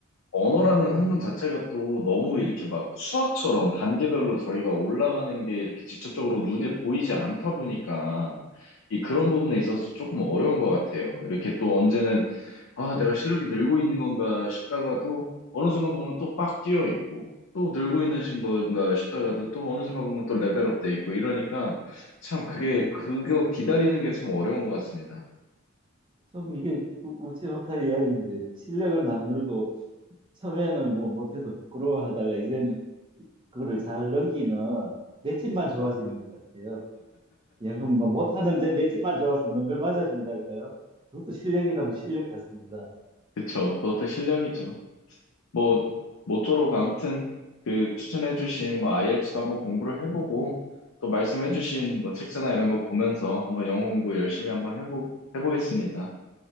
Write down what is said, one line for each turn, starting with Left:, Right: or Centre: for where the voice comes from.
Left: 언어라는 학문 자체가 또 너무 이렇게 막 수학처럼 단계별로 저희가 올라가는 게 이렇게 직접적으로 눈에 보이지 않다 보니까 이 그런 부분에 있어서 조금 어려운 것 같아요. 이렇게 또 언제는 아, 내가 실력이 늘고 있는 건가 싶다가도 어느 순간 보면 또 빡 뛰어 있고 또 늘고 있는 신 건가 싶다가도 또 어느 순간 보면 또 레벨업 돼 있고 이러니까 참 그게
Right: 네.
Left: 그거 기다리는 게 참 어려운 것 같습니다.
Right: 좀 이게 우- 웃지 못할 이야기인데 실력은 안 늘고 처음에는 뭐 못해도 부끄러워하다가 이제는 그거를 잘 넘기는 맷집만 좋아지는 것 같아요. 영은 뭐 못하는데 맷집만 좋아서 능글 맞아진다 할까요? 그것도 실력이라면 실력 같습니다.
Left: 그쵸? 그것도 실력이죠. 뭐 모쪼록 아무튼 그 추천해주신 뭐 IELTS도 한번 공부를 해보고 또 말씀해주신 뭐 책자나 이런 거 보면서 한번 영어 공부 열심히 한번 해보 해보겠습니다.